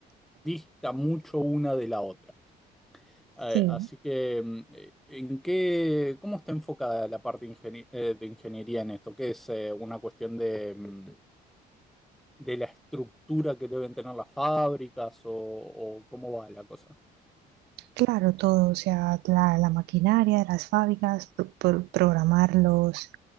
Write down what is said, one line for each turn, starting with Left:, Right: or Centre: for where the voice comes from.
Centre: dista mucho una de la otra. Eh,
Right: Sí,
Centre: así que, mm, eh, ¿en qué, cómo está enfocada la parte ingeni- eh, de ingeniería en esto? ¿Qué es eh, una cuestión de, mm, de la estructura que deben tener las fábricas o o cómo va la cosa?
Right: Claro, todo, o sea, la, la maquinaria de las fábricas, pro- pro- programar los,